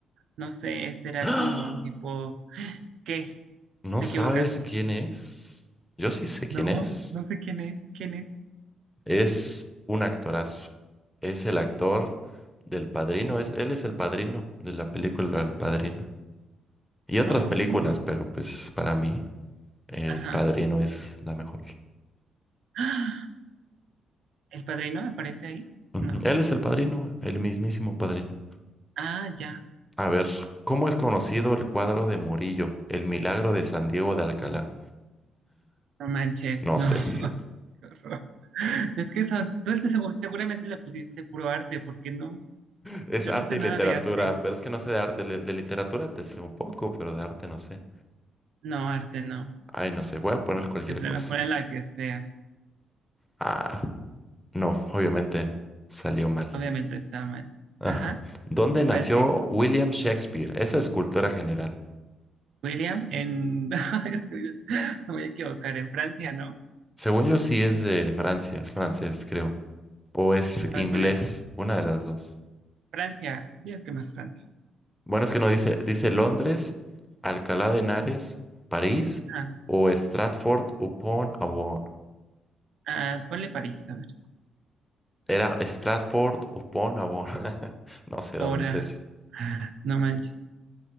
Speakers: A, on the right (about 60°); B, in the centre.
A: No sé, será
B: <gasps> ¡Ah!
A: como un tipo. ¿Qué?
B: ¿No
A: ¿Te
B: sabes
A: equivocas?
B: quién es? Yo sí sé quién
A: No,
B: es.
A: no sé quién es. ¿Quién es?
B: Es un actorazo. Es el actor del Padrino. Es, él es el padrino de la película El Padrino. Y otras
A: Oh,
B: películas, pero pues para mí El
A: ajá.
B: Padrino es la mejor.
A: <gasps> ¿El padrino aparece ahí?
B: <laughs> Ujú.
A: No.
B: Él es el padrino, el mismísimo padrino.
A: Ah, ya.
B: A ver, ¿cómo es conocido el cuadro de Murillo, El milagro de San Diego de Alcalá?
A: No manches,
B: No
A: no.
B: sé. <laughs>
A: <laughs> Es que son, tú es- segu- seguramente le pusiste puro arte, porque no,
B: Es
A: yo
B: arte
A: no sé
B: y
A: nada
B: literatura,
A: de arte.
B: pero es que no sé de arte. le- De, literatura te sé un poco, pero de arte no sé.
A: No, arte no.
B: Ay, no sé, voy a poner cualquier
A: De plano,
B: cosa.
A: ponle la que sea.
B: Ah, no, obviamente salió mal.
A: Obviamente está mal.
B: Ajá.
A: Ajá.
B: ¿Dónde nació
A: ¿Cuál sigue?
B: William Shakespeare? Esa es cultura general.
A: William en. <laughs> es que Me voy a equivocar. En Francia, ¿no?
B: Según yo sí es de Francia, es francés, creo. O es inglés,
A: A ver, ponle
B: una de las dos.
A: Francia. Digo que más Francia.
B: Bueno, es que no dice, dice Londres, Alcalá de Henares, París
A: Ajá.
B: o Stratford upon Avon.
A: Ah, ponle París, a ver.
B: Era Stratford upon Avon. <laughs> No sé dónde
A: Ahora.
B: es eso.
A: Ah, No manches.